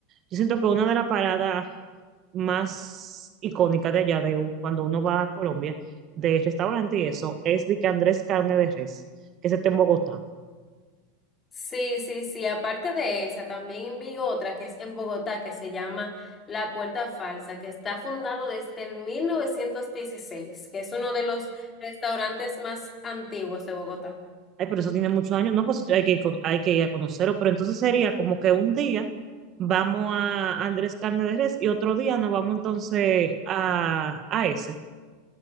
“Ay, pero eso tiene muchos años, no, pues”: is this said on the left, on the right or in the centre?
Right